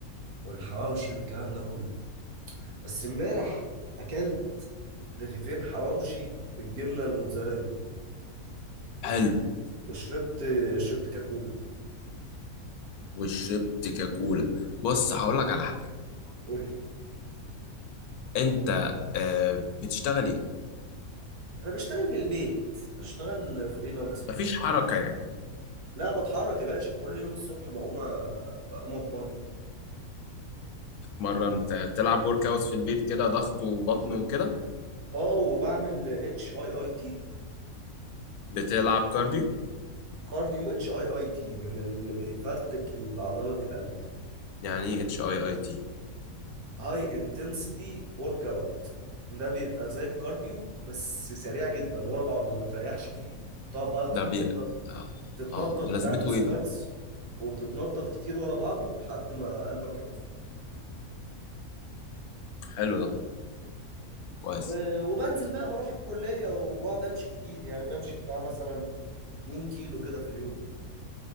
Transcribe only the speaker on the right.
والحواوشي والكلام ده كله بس امبارح اكلت رغيفين حواوشي بالجبنه الموتزاريلا وشربت
وشربت شربت كاكولا
قول لي
انا بشتغل من البيت بشتغل فريلانسر
لا بتحرك يا باشا كل يوم الصبح بقوم أ- بقوم اتمرن
اه وبعمل اتش اي اي تي
كارديو اتش اي اي تي من اللي بيفرتك عضلة القلب
هاي انتنسيتي ورك اوت ده بيبقى زي الكارديو بس سريع جدا ورا بعضه ما بتريحش فيه تقعد بقى تتنطط
تتنطط
وتعمل سكواتس
وتتنطط كتير ورا بعضه لحد ما قلبك يقف
و- وبنزل بقى بروح الكلية وبقعد امشي كتير يعني بمشي بتاع مثلا 2 كيلو كده في اليوم